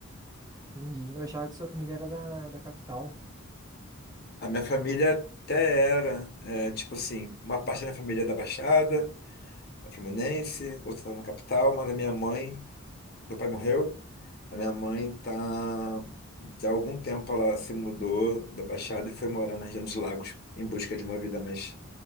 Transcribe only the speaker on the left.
A minha família até era, é, tipo assim, uma parte da minha família é da Baixada, é Fluminense, outra está na capital, mas a minha mãe, meu pai morreu, a minha mãe tá de algum tempo ela se mudou da Baixada e foi morar na região dos Lagos em busca de uma vida mais,